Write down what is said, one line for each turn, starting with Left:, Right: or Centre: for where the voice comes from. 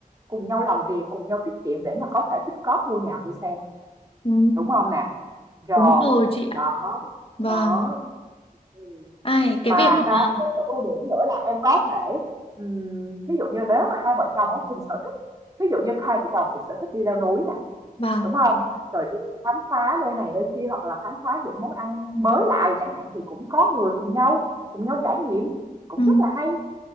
Right: cùng nhau làm việc, cùng nhau tiết kiệm để mà có thể tích cóp mua nhà, mua xe,
Left: Ừ,
Right: đúng không nè? Rồi,
Left: đúng rồi chị ạ.
Right: đó,
Left: Vâng.
Right: đó, ừ
Left: Ai,
Right: mà
Left: cái việc
Right: cái
Left: mà,
Right: cái cái ưu điểm nữa là em có thể ừm, ví dụ như nếu mà hai vợ chồng có cùng sở thích ví dụ như hai vợ chồng cùng sở thích đi leo núi nè
Left: vâng.
Right: đúng không rồi đi khám phá nơi này nơi kia hoặc là khám phá những món ăn mới lạ chẳng hạn thì cũng có người cùng nhau cùng nhau trải nghiệm cũng
Left: Ừ,
Right: rất là hay